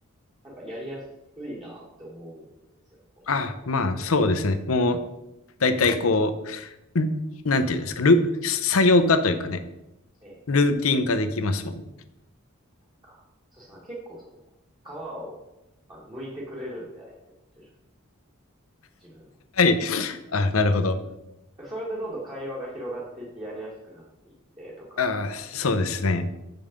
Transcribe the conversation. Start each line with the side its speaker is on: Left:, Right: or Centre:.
Right: なんかやりやすいなって思うんですよね、この、
Left: あ、まあ、
Right: おしゃべり。
Left: そうですね。もう、だいたいこう、ルなんていうんですか、ル、作業化というかね、
Right: ええ、
Left: ルーティン化できますもんね。
Right: か。そうですね、結構その、皮を、あの、剥いてくれるんで、相手も徐々に、自分の。
Left: はい。あ、なるほど。
Right: それでどんどん会話が広がっていってやりやすくなっていってとか、
Left: あ、そうですね。